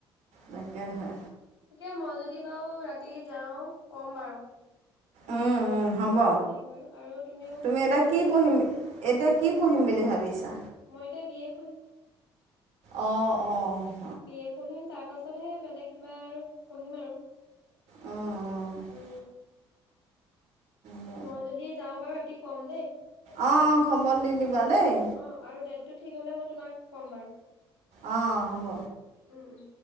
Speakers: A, on the right; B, on the left.
A: তাকেহে
B: এ মই যদি বাৰু ৰাতি যাওঁ কম বাৰু।
A: উম, উম হ'ব
B: খবৰটো দিম বাৰু, আৰু তুমিও
A: তুমি
B: কবা
A: এতিয়া কি
B: যে
A: পঢ়িম এতিয়া কি পঢ়িম বুলি ভাবিছা?
B: মই এতিয়া বি এ পঢ়িম।
A: অ অ'
B: বি এ পঢ়িম, তাৰ পাছতহে বেলেগ কিবা আৰু পঢ়িম আৰু।
A: অঁ, অঁ
B: উ
A: হ'ব।
B: মই যদি যাওঁ বাৰু ৰাতি কম দেই।
A: অহ খবৰ দি দিবা
B: আৰু
A: দেই।
B: অ', আৰু ডেটটো ঠিক হ'লে মই তোমাক ক'ম বাৰু।
A: অ হ'ব
B: উম উম